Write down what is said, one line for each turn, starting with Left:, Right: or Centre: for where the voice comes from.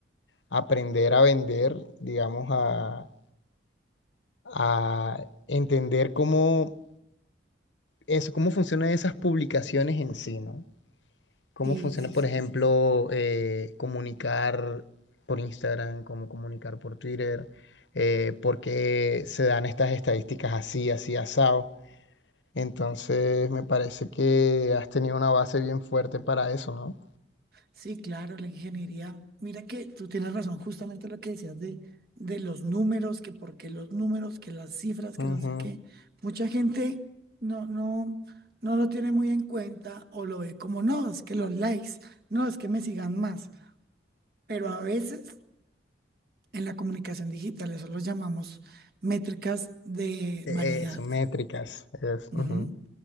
Left: aprender a vender, digamos, a, a entender cómo, eso, cómo funcionan esas publicaciones en sí, ¿no? ¿Cómo
Right: Sí,
Left: funciona,
Right: sí,
Left: por
Right: sí.
Left: Y ejemplo, eh, comunicar por Instagram, cómo comunicar por Twitter? Eh, ¿por qué se dan estas estadísticas así, así asado? Entonces, me parece que has tenido una base bien fuerte para eso, ¿no?
Right: Sí, claro, la ingeniería. Mira que tú tienes razón, justamente lo que decías de, de los números, que por qué los números, que las cifras, que
Left: Ujú.
Right: no sé qué. Mucha gente no, no, no lo tiene muy en cuenta o lo ve como, no, es que los likes, no, es que me sigan más. Pero a veces en la comunicación digital eso lo llamamos métricas de
Left: Eh,
Right: vanidad.
Left: Eso, métricas. Es,
Right: Ujú.
Left: ujú,